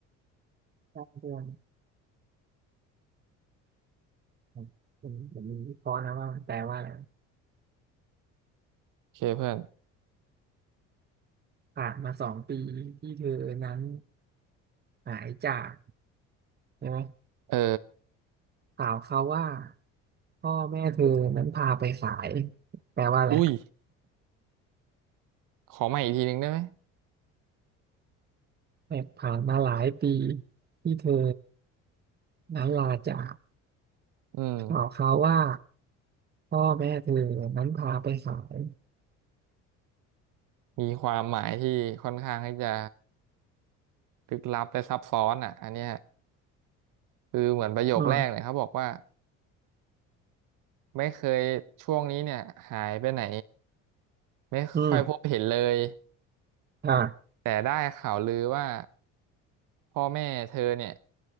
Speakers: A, on the right; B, on the right.
A: สร้างเรื่องผมผมผมมีวิเคราะห์นะว่ามันแปลว่าอะไร
B: โอเคเพื่อน
A: ผ่านมาสองปีที่เธอนั้นหายจากใช่ไหม
B: เออ
A: ข่าวเขาว่าพ่อแม่เธอนั้นพาไปขายแปลว่าอะไร
B: อุ้ยขอใหม่อีกทีหนึ่งได้ไหม
A: แต่ผ่านมาหลายปีที่เธอนั้นลาจาก
B: อืม
A: ข่าวเขาวว่าพ่อแม่เธอนั้นพาไปขาย
B: มีความหมายที่ค่อนข้างที่จะลึกลับและซับซ้อนอ่ะอันเนี้ยคือเหมือนประโยคแรกเนี่ยเขาบอกว่า
A: อืม
B: ไม่เคยช่วงนี้เนี่ยหายไปไหนไม่ค่อยพบเห็นเลย
A: อืมอ่า
B: แต่ได้ข่าวลือว่าพ่อแม่เธอเนี่ย